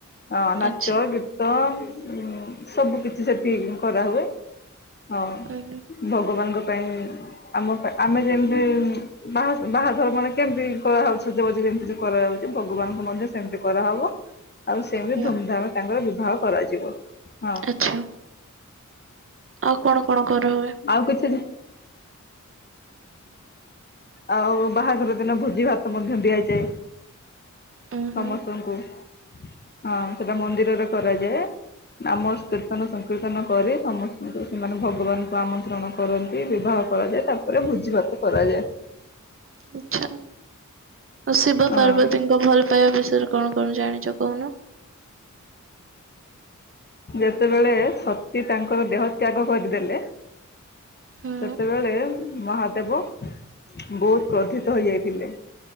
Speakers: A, on the left; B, on the right.
A: ହଁ ନାଚ
B: ଆଚ୍ଛା
A: ଗୀତ୍ ତ ଉମ୍ ସବୁ କିଛି ସେଠି କରାହୁଏ। ହଁ
B: ଉଁ
A: ଭଗବାନଙ୍କ ପାଇଁ ଆମ ପା ଆମେ ଯେମତି ବାହା ବାହାଘର ମାନେ କେମତି କରାହଉଛି ସଜବାଜ ଯେମିତି କରାଉଛି ଭଗବାନଙ୍କୁ ମଧ୍ୟ ସେମତି କରାହବ। ଆଉ ସେମିତି
B: ହୁଁ
A: ଧୁମ୍‌ ଧାମରେ ତାଙ୍କର ବିବାହ କରାଯିବ। ହଁ।
B: ଆଚ୍ଛା, ଆଉ କଣ କଣ କରାହୁଏ?
A: ଆଉ କିଛି ବି ଆଉ ବାହାଘର ଦିନ ଭୋଜି ଭାତ ମଧ୍ୟ ଦିଆଯାଏ।
B: ଉଁ ହୁଁ
A: ସମସ୍ତଙ୍କୁ ହଁ ସେଯାକ ମନ୍ଦିରରେ କରାଯାଏ। ନାମ କୀର୍ତ୍ତନ ସଂକୀର୍ତ୍ତନ କରି ସମସ୍ତଙ୍କୁ ସେମାନେ ଭଗବାନଙ୍କୁ ଆମନ୍ତ୍ରଣ କରନ୍ତି ବିବାହ କରାଯାଏ ତାପରେ ଭୋଜି ଭାତ କରାଯାଏ।
B: ଆଚ୍ଛା ଆଉ ଶିବ
A: ହଁ
B: ପାର୍ବତୀଙ୍କ ଭଲ ପାଇବା ବିଷୟରେ କଣ କଣ ଜାଣିଛ କହୁନ? <inaudible>
A: ଯେତେବେଳେ ସତୀ ତାଙ୍କର ଦେହ ତ୍ୟାଗ କରିଦେଲେ
B: ହୁଁ
A: ସେତେବେଳେ ମହାଦେବ ବୋହୁତ୍ କ୍ରୋଧିତ ହୋଇଯାଇଥିଲେ।